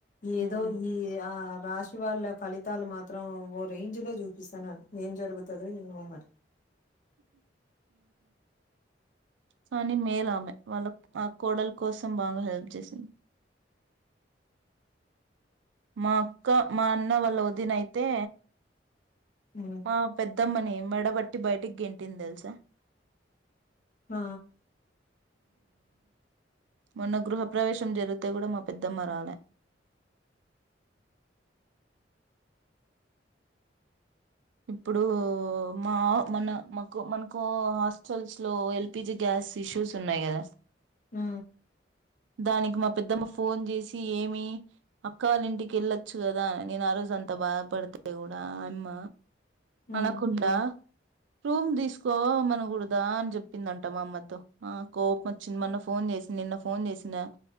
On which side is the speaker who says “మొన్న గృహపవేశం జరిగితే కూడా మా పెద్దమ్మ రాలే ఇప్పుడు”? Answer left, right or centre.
Right